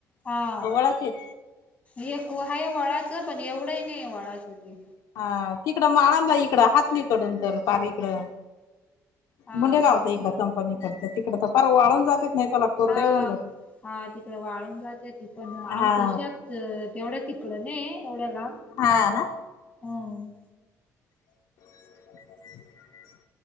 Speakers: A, on the left; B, on the left.
A: हा
B: वळाचे आहेत.
A: एक आहे वळाच पण एवढंही नाही, आहे वळाचं ते.
B: हा तिकडं माळांंना इकडं हाथनी कडून तर पार इकडं.
A: हा
B: मुंडेगावं
A: तिकड
B: च्या इकड कंपनीकड तर तिकड तर पार वाळून जात्यात नाही <unintelligible> कोरडे
A: हा
B: होऊन जात्यात.
A: हा तिकडं वाळून जात्यां, ती पण
B: हा
A: आमचं शेत तेवढ्या तिकड नहीये एवढ्या लांब.
B: हा ना!
A: हं!
B: <inaudible>